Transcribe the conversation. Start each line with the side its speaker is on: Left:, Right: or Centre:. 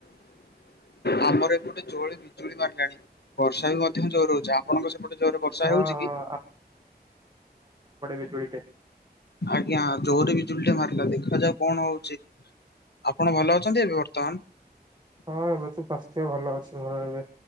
Left: ଆମର ଏ ଗୋଟେ ଜୋଳି ବିଜୁଳି ମାରିଲାଣି। ବର୍ଷା ବି ମଧ୍ୟ ଜୋର ହଉଛି, ଆପଣଙ୍କ ସେପଟେ ଜୋରରେ ବର୍ଷା
Right: ହଁ
Left: ହେଉଛି
Right: ହଁ
Left: କି?
Right: <unintelligible> ଟେ
Left: ଆଜ୍ଞା, ଜୋରରେ ବି ବିଜୁଳିଟେ ମାରିଲା ଦେଖାଯାଉ କଣ ହଉଛି? ଆପଣ ଭଲ ଅଛନ୍ତି ଏବେ ବର୍ତ୍ତମାନ?
Right: ହଁ ଏବେ ତ ସ୍ୱାସ୍ଥ୍ୟ ଭଲ ଅଛି ମୋର ଏବେ